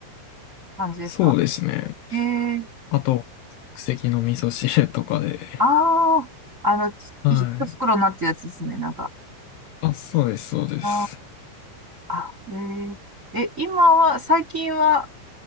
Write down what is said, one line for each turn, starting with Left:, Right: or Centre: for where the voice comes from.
Right: 感じですか
Left: そうですね。
Right: ええー、
Left: あと、即席の味噌汁とかで。
Right: ああ、あの、ち一袋になってるやつですね、
Left: はい。
Right: なんか。
Left: あ、そうです、そうです。
Right: ああ。あ、えー、え、今は、最近は